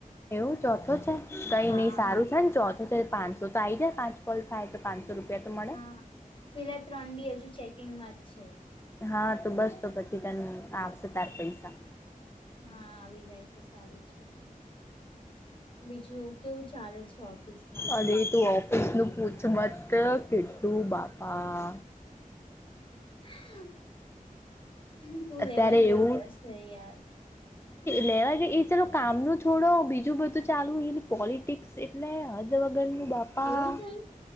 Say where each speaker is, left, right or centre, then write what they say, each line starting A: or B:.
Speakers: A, on the left; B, on the left.
A: એવું ચોથો છે કઈ
B: હા
A: નઈ સારું છે ને ચોથું છે પાંચસો તો આ આવી જાય પાંચ કોલ થાય તો રૂપિયા તો મળે
B: હા પેલા ત્રણ બી હજુ ચેકિંગમાં જ છે.
A: હા તો બસ તો પછી તને આવશે તાર પૈસા.
B: હા આવી જાય તો સારું છે. બીજું કેવું ચાલે છે ઓફિસ માં
A: અને તું ઓફિસ નું પૂછ મત કેટલું બાપા
B: <inaudible>
A: અત્યારે
B: ગઈ
A: એવું
B: હશે યાર
A: લેવા ગ એ ચાલો કામ ન છોડો બીજું બધું ચાલવુંય એલે પોલિટિક્સ એટલે હદ વગરનું બાપા.
B: એવું થયું